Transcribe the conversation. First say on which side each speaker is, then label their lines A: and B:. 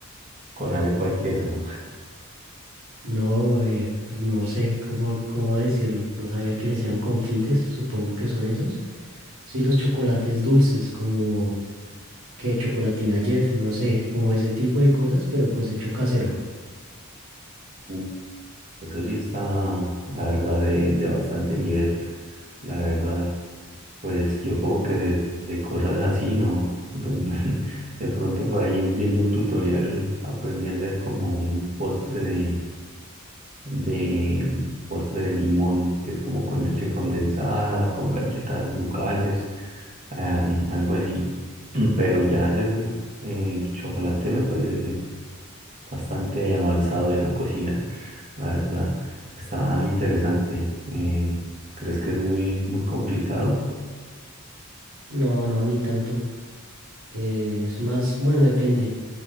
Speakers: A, on the right; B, on the right.
A: con arepa y queso.
B: No, eh, pues no sé cómo, cómo decirlo. No sabía que le decían confites, supongo que son esos. Sí, los chocolates dulces, como que chocolatina Jet, no sé, como ese tipo de cosas, pero pues hecho casero.
A: Uh, Eso sí está, la verdad, de, de bastante nivel, la verdad. Pues yo como que de, de cosas así, ¿no? <laughs> De pronto por ahí viendo un tutorial aprendí a hacer como un postre de, de postre de limón, que es como con leche condensada, con galletas ducales, ah, algo así. <clears throat> Pero ya hacer eh, chocolate me parece bastante avanzado en la cocina, la verdad. Está interesante. Eh, ¿crees que es muy, muy complicado?
B: No, no, ni tanto. Eh, es más, bueno, depende.